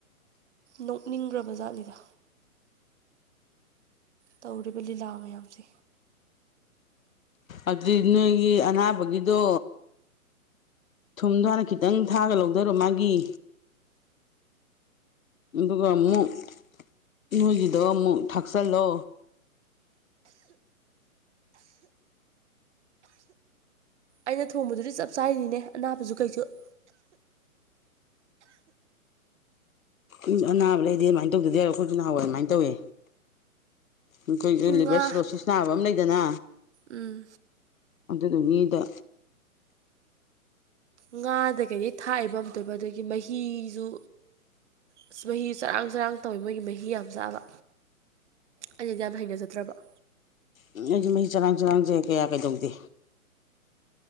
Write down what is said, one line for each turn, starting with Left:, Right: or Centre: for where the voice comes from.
Right: ꯅꯣꯛꯅꯤꯡꯈ꯭ꯔꯕꯖꯥꯠꯅꯤꯗ꯫ ꯇꯧꯔꯤꯕ ꯂꯤꯂꯥ ꯃꯌꯥꯝꯁꯦ꯫
Left: ꯑꯗꯨꯗꯤ ꯅꯣꯏꯒꯤ ꯑꯅꯥꯕꯒꯤꯗꯣ ꯊꯨꯝꯗꯣ ꯍꯥꯟꯅ ꯈꯤꯠ ꯇꯪ ꯊꯥꯑꯒ ꯂꯧꯗꯔꯣ ꯃꯥꯒꯤ ꯑꯗꯨꯒ ꯑꯃꯨꯛ ꯅꯣꯏꯒꯤꯗꯣ ꯑꯃꯨꯛ ꯊꯥꯛꯆꯜꯂꯣ꯫
Right: ꯑꯩꯅ ꯊꯣꯡꯕꯗꯨꯗꯤ ꯆꯞ ꯆꯥꯔꯤꯅꯤꯅꯦ ꯑꯅꯥꯕꯁꯨ ꯀꯩꯖꯨ꯫
Left: ꯎꯝ ꯑꯅꯥꯕ ꯂꯩꯗꯤ ꯑꯗꯨꯃꯥꯏꯅ ꯇꯧꯗ ꯌꯥꯔꯣ ꯑꯩꯈꯣꯏꯁꯨ ꯅꯍꯋꯥꯏ ꯑꯃꯥꯏꯅ ꯇꯧꯋꯦ꯫ ꯑꯩꯈꯣꯏꯒꯤꯖꯨ ꯂꯤꯚꯔ
Right: ꯉꯥ
Left: ꯁꯤꯔꯣꯁꯤꯁ ꯅꯥꯕ ꯑꯃ ꯂꯩꯗꯅ
Right: ꯎꯝ
Left: ꯑꯗꯨꯗꯨꯒꯤꯗ
Right: ꯉꯥꯗ ꯀꯩꯗꯒꯤ ꯊꯥꯛꯏꯕ ꯑꯝꯇꯑꯣꯏꯕ ꯑꯗꯒꯤ ꯃꯍꯤꯖꯨ ꯑꯁ ꯃꯍꯤꯁꯨ ꯆꯔꯥꯡ ꯆꯔꯥꯡ ꯇꯧꯋꯤ ꯃꯣꯏꯒꯤ ꯃꯍꯤ ꯌꯥꯝ ꯆꯥꯕ꯫ ꯑꯩꯅꯗꯤ ꯌꯥꯝ ꯍꯩꯅꯖꯗ꯭ꯔꯕ꯫
Left: ꯑꯝ ꯑꯩꯁꯨ ꯃꯍꯤ ꯆꯔꯥꯡ ꯆꯔꯥꯡꯁꯦ ꯀꯌꯥ ꯀꯩꯗꯧꯗꯦ꯫